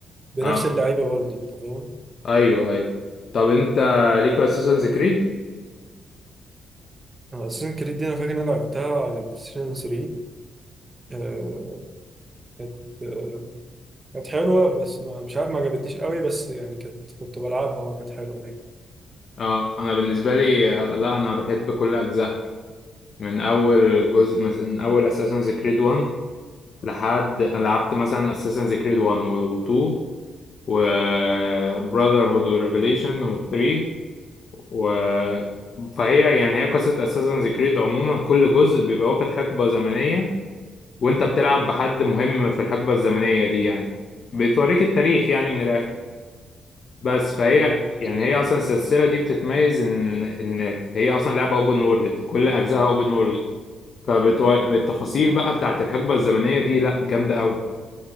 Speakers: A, on the right; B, on the left.
A: بنفس
B: اه
A: اللعيبة برضه انت فاهم
B: ايوه ايوه طب انت ليك في اساسنز كريد
A: انا اساسن كريد دي انا فاكر ان انا لعبتها على بلاي ستيشن 3 آه، كانت آه، كانت حلوة بس ما- مش عارف ما عجبتنيش قوي بس يعني كانت كنت بلعبها وكانت حلوة يعني
B: اه انا بالنسبة لي آه، لا انا بحب كل اجزائها من اول جزء من اول اساسنز كريد 1 لحد أنا لعبت مثلا اساسنز كريد 1 و2 وبراذر هود وريفيليشن و3 و فهي يعني هي قصة Assassin's Creed عموما كل جزء بيبقى واخد حقبة زمنية وانت بتلعب بحد مهم في الحقبة الزمنية دي يعني بتوريك التاريخ يعني من الآخر بس فهي
A: مم، بالظبط.
B: يعني هي أصلا السلسلة دي بتتميز إن إن هي أصلا لعبة أوبن وورلد كل أجزائها أوبن وورلد فالتفاصيل بقى بتاعت الحقبة الزمنية دي لأ جامدة أوي